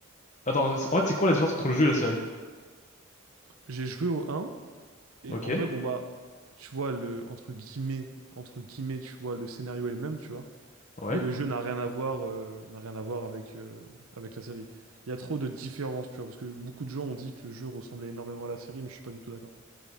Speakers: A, on the left; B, on the right.
A: attends, c'est- en fait, c'est quoi la différence entre le jeu et la série?
B: J'ai joué au un et
A: Ok,
B: en vrai, bon, bah, tu vois, le, entre guillemets, entre guillemets, tu vois, le scénario est le même, tu vois.
A: ouais,
B: mais le jeu n'a rien à voir, euh, n'a rien à voir avec, euh, avec la série. Il y a trop de différences, tu vois, parce que beaucoup de gens ont dit que le jeu ressemblait énormément à la série, mais je suis pas du tout d'accord.